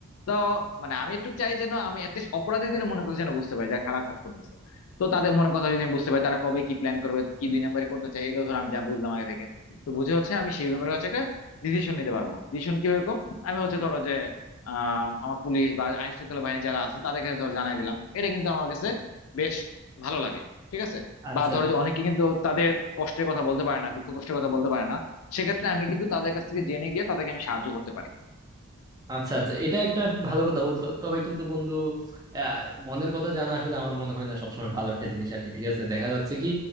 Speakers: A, on the left (about 75°); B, on the right (about 15°).
A: তো মানে আমি একটু চাই যেন আমি অ্যাটলিস্ট অপরাধীদের মনের কথা যেন বুঝতে পারি যা খারাপ কাজ করতেছে তো তাদের মনের কথা যদি আমি বুঝতে পারি তারা কবে কি প্ল্যান করবে কি দুই নাম্বারই করতে চাই এগুলো ধর আমি যা বুঝলাম আগে থেকে তো বুঝে হচ্ছে আমি সেই ব্যাপারে হচ্ছে একটা ডিসিশন নিতে পারবো ডিসিশন কিভাবে কম আমি হচ্ছে ধরো যে আহ আমার পুলিশ বা আইন শৃঙ্খলা বাহিনী যারা আছে তাদেরকে ধর জানাই দিলাম এটা কিন্তু আমার কাছে বেশ ভালো লাগে ঠিক আছে
B: আচ্ছা
A: বা ধরো যে অনেকে কিন্তু তাদের কষ্টের কথা বলতে পারে না দুঃখ কষ্টের কথা বলতে পারে না সেক্ষেত্রে আমি কিন্তু তাদের কাছ থেকে জেনে গিয়ে তাদেরকে আমি সাহায্য করতে পারি <laughs>
B: আচ্ছা আচ্ছা এটা একটা ভালো কথা বলছো তবে কিন্তু বন্ধু আহ, মনের কথা জানা আসলে আমার মনে হয় না সবসময় ভালো একটা জিনিস আর কি ঠিক আছে দেখা যাচ্ছে কি